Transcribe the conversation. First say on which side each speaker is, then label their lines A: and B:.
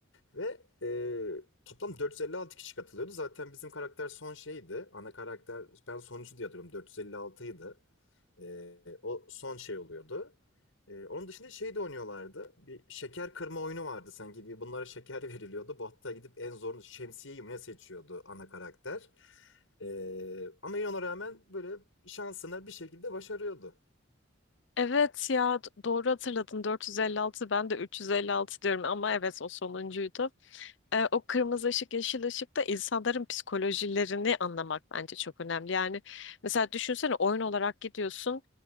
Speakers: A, on the left (about 75°); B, on the left (about 60°).
A: Ve e, toplam 456 kişi katılıyordu. Zaten bizim karakter son şeydi. Ana karakter ben sonuncu diye hatırlıyorum 456 idi. Ee, o son şey oluyordu. Ee, onun dışında şey de oynuyorlardı. Bir şeker kırma oyunu vardı sanki. Bir bunlara şeker <laughs> veriliyordu. Bu hatta gidip en zorunu şemsiyeyi mi ne seçiyordu ana karakter. Ee, ama yine ona rağmen böyle şansına bir şekilde başarıyordu.
B: Evet ya d- doğru hatırladın 456 ben de 356 diyorum ama evet o sonuncuydu. E, o kırmızı ışık, yeşil ışık da insanların psikolojilerini anlamak bence çok önemli. Yani mesela düşünsene oyun olarak gidiyorsun.